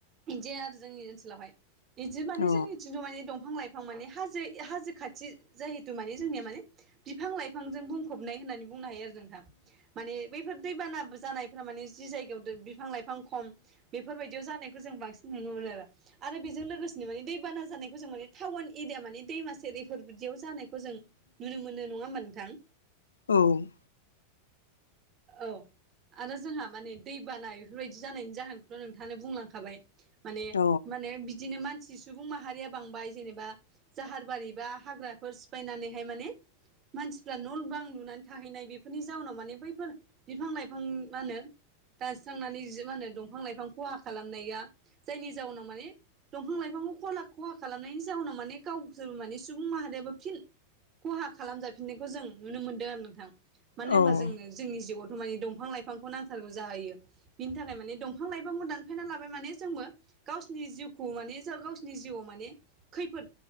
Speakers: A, on the right; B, on the left.
A: बिदि आरो जोंनि ओनसोलावहाय बिदि माने
B: औ
A: जोंनिथि खिन्थु माने दंफां लाइफां माने हाजो हाजो खाथि जिहेतु माने जोंनिया माने बिफां लाइफांजों बुंफबनाय होननानै बुंनो हायो आरो नोंथां। माने बैफोर दैबाना जानायफोरा माने जि जायगायाव बिफां लाइफां खम बेफोरबायदियाव जानायखौ जों बांसिन नुनो मोनो आरो। आरो बेजों लोगोसेनो माने दैबाना जानायखौ जों माने टाउन एरिया माने दैमा सेर बेफोर बिदियाव जानायखौ जों नुनो मोनो नङा होमबा नोंथां।
B: औ‌।
A: औ। आरो जोंहा माने दै बाना इफोरबायदि जानायनि जाहोनखौथ' नोंथाङानो बुंलांखाबाय। माने
B: औ
A: माने बिदिनो मान सि सुबुं माहारिया बांबाय जेनेबा जाहारबारि बा हाग्राफोर सिफायनानैहाय माने मानसिफ्रा न' बां लुनानै थाहैनाय बेफोरनि जाउनाव माने बै फोर बिफां लाइफां मा होनो दानस्रांनानै मा होनो दंफां लाइफां खहा खालामनाया जायनि जाउनाव माने दंफां लाइफांखौ खला खहा खालामनायनि जाउनाव माने गावसोरबो माने सुबुं माहारियाबो फिन खहा खालामजाफिननायखौ जों नुनो मोनदों आरो नोंथां मानो
B: औ
A: होनबा जोंनो जोंनि जिउआवथ' माने दंफां लाइफांखौ नांथारगौ जाहैयो। बिनि थाखाय माने दंफां लाइफांखौ दानफायना लाबाय माने जोंबो गावसिनि जिउखौ माने ज गावसिनि जिउआव माने खैफोद